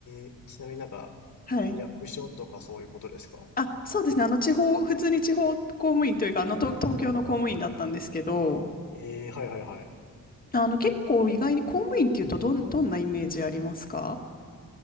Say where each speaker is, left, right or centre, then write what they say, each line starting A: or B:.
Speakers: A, on the left; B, on the left.
A: え、ちなみになんか、
B: はい。
A: 役所とかそういうことですか
B: あ、そうですね。あの、地方、普通に地方公務員というか、あの、東東京の公務員だったんですけど、
A: ええ、はいはいはい。
B: あの、結構意外に公務員っていうと、
A: ほうほう
B: どん、どんなイメージありますか